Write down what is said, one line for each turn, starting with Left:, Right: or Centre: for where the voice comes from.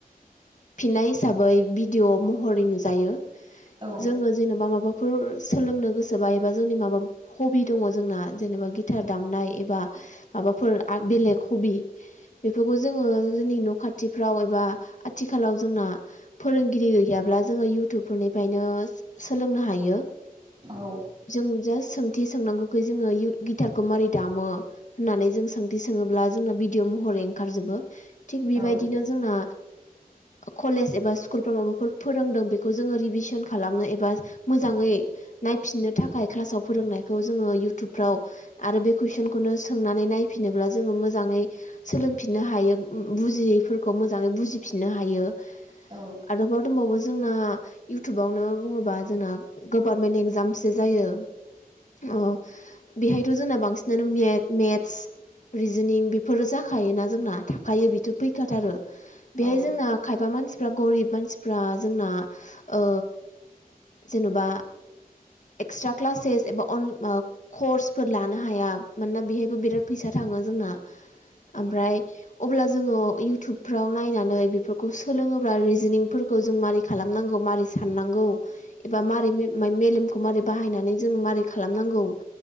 Left: फिननाय हिसाबै भिदिअ' महरै नुजायो
Right: औ
Left: जोङो जेनेबा माबाफोर सोलोंनो गोसोबा एबा जोंनि माबा हबि दङ जोंना जेनेबा गि थार दामनाय एबा माबाफोर आग बेलेग हबि बेफोरखौ जोङो जोंनि न' खाथ थिफ्राव एबा आथिखालाव जोंना फोरोंगिरि गैयाब्ला जों थुब फोरनिफ्रायनो सोलोंनो हायो
Right: औ
Left: जों जा सों थि सोंनांगौखौ जोङो गिटारखौ मारै दामो होननानै जों सोंथि सोङोब्ला जोंना भिदिअ महर ओंखार जोबो। थिग बिबायदिनो
Right: औ
Left: जोंना कलेज एबा स्कुलफ्राव माबाफोर फोरोंदों बे खौ जोङो रिभिसोन खालामनो एबा मोजाङै नायफिननो थाखाय क्लासाव फोरोंनायखौ जोङो इउटुबफ्राव आरो बे कुइसनखौनो सोंनानै नायफिनोब्ला जोङो मोजाङै सोलोंफिननो हाय बुजियै फोरखौ मोजाङै बुजिफिनो हायो
Right: औ
Left: आरोबाव दंबावो जोंना इउथुबावनो बुङोबा जोंना गभारमेन्ट एगजामसो जायो अ बेहायथ' जोंना बांसिनानो मे मेथ्स रिजिनिं बेफोरो जाखायोना जोंना खायो बिथ' फैखाथारो बेहाय
Right: औ
Left: जोंना खायफा मानसिफ्रा गरिब मानसिफ्रा जोंना ओ जेन'बा एक्सट्रा क्लासेस एबा अन कर्सफोर लानो हाया मानोना बेहायबो बिराद फैसा था थाङो जोंना ओमफ्राय अब्ला जोङो इउटुबफ्राव नायनानै बेफोरखौ सोलोङोब्ला रिजनिंफोरखौ जों मारै खालामनांगौ मारै साननांगौ एबा मारै मेलेमखौ मारै बाहायनानै जों मारै खालामनांगौ